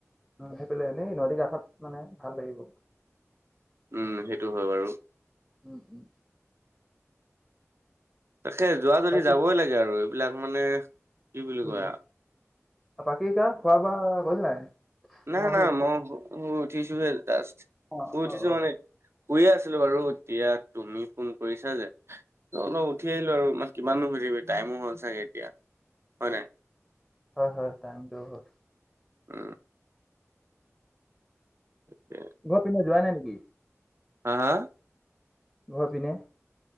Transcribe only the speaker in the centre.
উম, সেইফালে এনেই নদীৰ কাষত মানে ভাল লাগিব।
উম-উম।
বাকী
উম
উম বাকী কা খোৱা বোৱা কৰিলি নাই? মানে
শুই
উঠি-
অ
অ অ
হয়, হয়, হয় টাইমটো হল।
ঘৰ পিনে যোৱা নাই নেকি?
ঘৰ পিনে!